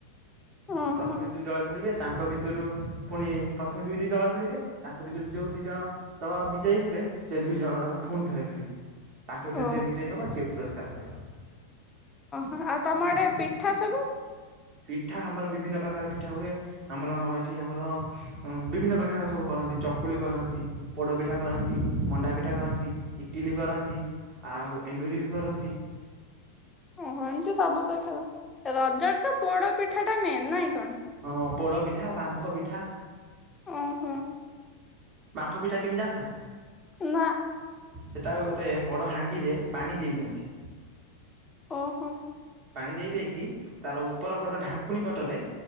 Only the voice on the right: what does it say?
ପ୍ରଥମେ ଦୁଇ ଦଳ ଖେଳିବେ। ତାଙ୍କ ଭିତରୁ ପୁଣି ପ୍ରଥମେ ଦୁଇ ଦୁଇ ଦଳ ଖେଳିବେ ତାଙ୍କ ଭିତରୁ ଯେଉଁ ଦୁଇ ଦଳ ଦଳ ବିଜୟୀ ହେବେ, ସେ ଦୁଇ ଜଣ ଦଳ ପୁଣି ଥରେ ଖେଳିବେ। ତାଙ୍କ ଭିତରୁ
ଯିଏ ବିଜୟୀ ହବ ସିଏ ପୁରସ୍କାର ପାଇବ।
ପିଠା ଆମର ବିଭିନ୍ନ ପ୍ରକାର ପିଠା ହୁଏ। ଆମର ଏଠି ଆମର ବିଭିନ୍ନ ପ୍ରକାର ସବୁ କରନ୍ତି ଚକୁଳି କରନ୍ତି। ପୋଡ଼ପିଠା କରନ୍ତି, ମଣ୍ଡା ପିଠା କରନ୍ତି, ଇଟିଲି କରନ୍ତି। ଆଉ ଏଣ୍ଡୁରି ବି କରନ୍ତି।
ହଁ ପୋଡ଼ପିଠା, ବାମ୍ଫ ପିଠା।
ବାମ୍ଫୁ ପିଠା କେମିତି ଜାଣିଛ ନା?
ସେଇଟାକୁ ଗୋଟେ ବଡ଼ ହାଣ୍ଡିରେ ପାଣି ଦେଇ ଦିଅନ୍ତି।
ପାଣି ଦେଇ ଦେଇକି ତାର ଉପର ପଟ ଢାଙ୍କୁଣୀ ପଟରେ